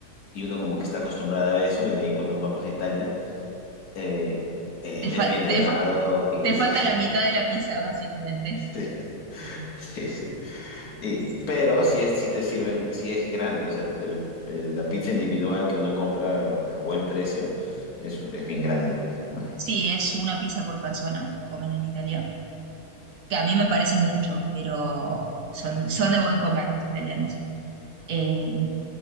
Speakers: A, on the left (about 70°); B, on the right (about 65°).
A: y uno como que está acostumbrado a eso, y de ahí cuando vamos a Italia, eh, eh,
B: Te, fa-
A: es bien delgado
B: te,
A: y
B: Te falta
A: sí.
B: la mitad de la pizza, básicamente.
A: <laughs> Sí, sí. Y,
B: Sí,
A: pero si es, si te sirven, si es grande, o sea, el- el- la pizza individual que uno compra a buen precio es, es bien grande, ¿no?
B: Sí, es una pizza por persona, comen en Italia, que a mí me parece mucho, pero son, son de buen comer los italianos. Eh,